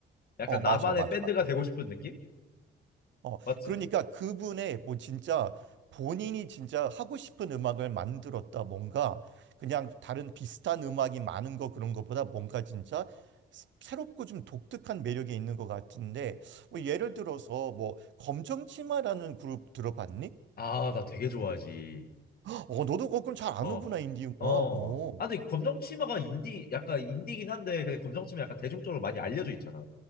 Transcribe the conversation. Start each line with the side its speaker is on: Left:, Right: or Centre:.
Left: 약간
Right: 어, 맞아,
Left: 나만의
Right: 맞아,
Left: 밴드가
Right: 맞아.
Left: 되고 싶은 느낌?
Right: 어,
Left: 맞지?
Right: 그러니까 그분의 뭐 진짜 본인이 진짜 하고 싶은 음악을 만들었다. 뭔가 그냥 다른 비슷한 음악이 많은 거 그런 것보다 뭔가 진짜 스- 새롭고 좀 독특한 매력이 있는 것 같은데 뭐 예를 들어서 뭐 검정치마라는 그룹 들어봤니?
Left: 아, 나 되게 좋아하지.
Right: 어, 너도 그건 잘 아는구나,
Left: 어,
Right: 인디 음악.
Left: 어.
Right: 어.
Left: 아, 근데 검정치마가 인디, 약간 인디긴 한데 그냥 검정치마 약간 대중적으로 많이 알려져 있잖아.